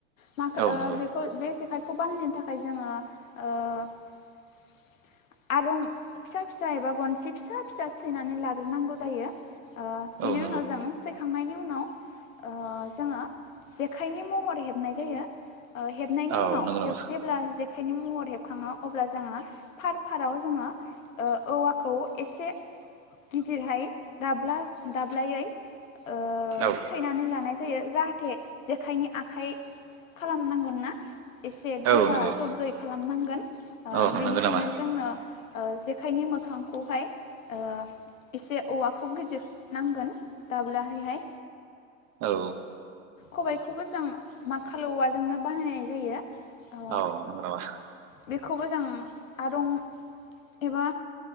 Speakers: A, on the left (about 75°); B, on the right (about 40°).
A: माख-
B: औ
A: ओ-
B: नंगौ
A: बेखै बेसेफाय। बे खौ बाहायनो थाखाय जोङो ओ-आरं फिसा फिसा एबा गनसे फिसा-फिसा सैनानै लाग्रोनांगौ जायो। ओ- बिनि
B: औ नंगौ
A: उनाव जों सौखांनायनि उनाव। उनाव ओ- जोंयो। जेखाइनि महर हेबनाय जायो। ओ- हेबनायनि
B: औ
A: उनाव
B: नंगौ नामा
A: हेब- जेब्ला। खाइनि महर हेबखाङो अब्ला जोङो फार फाराव जोङो ओ-औवाखौ एसे गिदिरहाय दाब्ला दाब्लायै। ओ
B: औ
A: सैनानै लानाय जायो जाहाथ आखाइनि आखाइ खालामनांगोन ना। एसे
B: औ
A: गोरा
B: नंगौ
A: जब्दै खालामनांगोन ओ-
B: औ
A: बेनिखायनो
B: नंगौ नामा
A: जोंनो। ओ- जेखाइनि मोखांखौहाय ओ-एसे औवाखौ गिदिर नांगोन दाब्लाहायहाय।
B: औ
A: खबायखौबो जों माखल औवाजोंनो बानायनाय जायो। ओ
B: औ नंगौ नामा?
A: बेखौबो जों आरं एबा